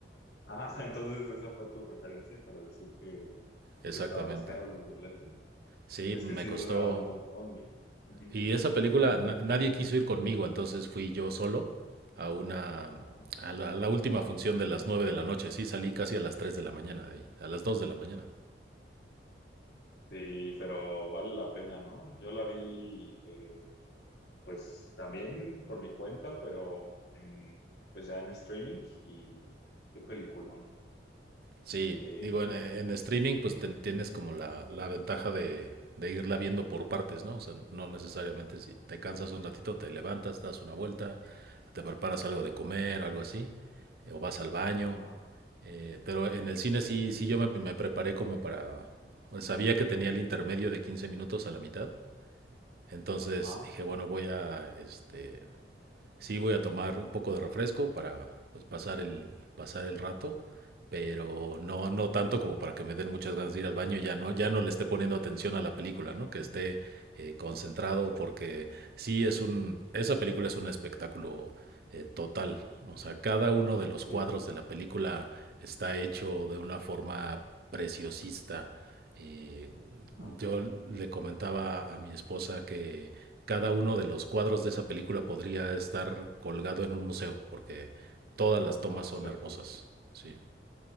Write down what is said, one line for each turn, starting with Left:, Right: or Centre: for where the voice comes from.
Left: Ah, <laughs> entonces esa fue tu referencia para decir que
Right: exactamente.
Left: estaba más caro el boleto.
Right: Sí,
Left: Es
Right: me
Left: que sí
Right: costó.
Left: dura un montón, ¿no? Ujú.
Right: Y esa película, na- nadie quiso ir conmigo, entonces fui yo solo a una,
Left: Ajá.
Right: a la, a la última función de las 9 de la noche. Sí, salí casi a las 3 de la mañana de ahí, a las 2 de la mañana.
Left: Sí, pero vale la pena, ¿no? Yo la vi, eh, pues también por mi cuenta, pero en- pues ya en streaming y qué peliculón.
Right: Sí,
Left: Eh,
Right: digo, en, en streaming pues ten- tienes
Left: ujú,
Right: como la, la ventaja de, de irla viendo por partes, ¿no? O sea, no necesariamente si te cansas un ratito, te levantas, das una vuelta, te preparas algo de comer, algo así, eh, o vas al baño.
Left: ajá,
Right: Eh, pero en el cine sí, sí yo me, me preparé como para... pues, sabía que tenía el intermedio de 15 minutos a la mitad, entonces
Left: ajá,
Right: dije, bueno, voy a, este, sí voy a tomar un poco de refresco para pues, pasar el, pasar el rato, pero no, no tanto como para que me den muchas ganas de ir al baño y ya no, ya no le esté poniendo atención a la película, ¿no? Que esté eh, concentrado porque sí es un, esa película es un espectáculo eh, total. O sea, cada uno de los
Left: sí,
Right: cuadros de la película está hecho de una forma preciosista. eh,
Left: ajá,
Right: yo le comentaba a mi esposa que cada uno de los cuadros de esa película podría estar colgado en un museo, porque todas las
Left: ajá,
Right: tomas
Left: exacto.
Right: son hermosas. Sí.